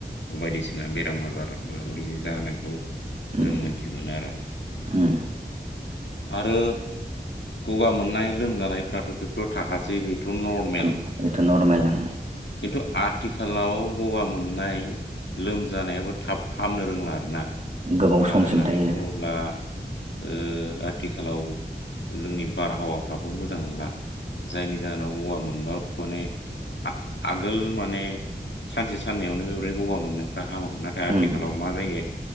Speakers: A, on the left; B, on the right.
A: बायदिसिना बेरामा बेफोरदि जानायखौ
B: उम
A: जों मोन्थि मोनो आरो
B: उम
A: आरो गगा मोन नाय लोमजानायफ्राथ' बेफोराव थाखासै बेथ' नरमेल
B: उम बेथ' नरमेल उम
A: खिन्थु आथिखालाव गगा मोननाय लोमजानायाबो थाब हामनो रोंला आरोना
B: गोबाव
A: मानो
B: समसिम
A: होननानै
B: थायो
A: बुङोब्ला ओ आथिखालाव जोंनि बारहावाफ्राबो मोजां नंला जायनि जाहोनाव गगा मोनबाबो माने आगोल माने सानसे साननैावनो बेबायदि गगा मोननायफ्रा हामोमोन‌ आरो आथिखालाव
B: उम
A: मा जायो